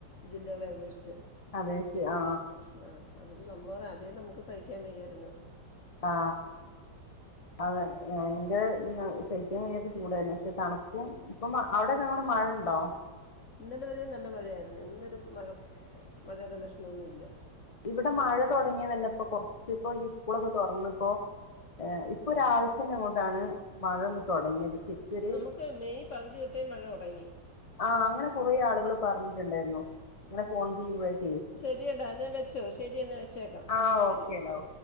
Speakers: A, on the left; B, on the left.
A: ജില്ലകളെ അപേക്ഷിച്ച്
B: അതെ ശ ആ
A: ആ അത് നമ്മള പറ അതേ നമുക്ക് സഹിക്കാൻ വയ്യായിരുന്നു
B: ആ അതെ ഭയങ്കര സഹിക്കൻ കഴിയാത്ത ചൂടായിരുന്നു പക്ഷെ തണുപ്പും ഇപ്പൊ അവിടെയൊക്കെ അങ്ങെ മഴുണ്ടോ
A: ഇന്നലെ വരെ നല്ല മഴയായിരുന്നു ഇന്നൊരു മഴ മഴയുടെ ലക്ഷണൊന്നുമല്ല
B: ഇവിടെ മഴ തുടങ്ങിയ തന്നെ ഇപ്പോ കുറച്ച ഇപ്പോ ഈ സ്കൂളൊക്കെ തുറന്നപ്പോ ഇപ്പൊ ഒരാഴ്ചന്ന അങ്ങോട്ടാണ് മഴൊന്ന് തുടങ്ങിയത് ശരിക്കൊരു
A: നമുക്ക് മെയ് പകുതി തൊട്ടേ മഴ തുടങ്ങി
B: ആ അങ്ങനെ കുറെ ആളുകൾ പറഞ്ഞിട്ടുണ്ടായിരുന്നു അങ്ങനെ ഫോൺ ചെയ്യുമ്പോഴും
A: ശരിയടാ എന്നാ വെച്ചോ ശെരി എന്നാ വെച്ചേക്കാം
B: ആഹ്
A: ശരി
B: ഓക്കേടാ
A: ഓക്കെ
B: ഓ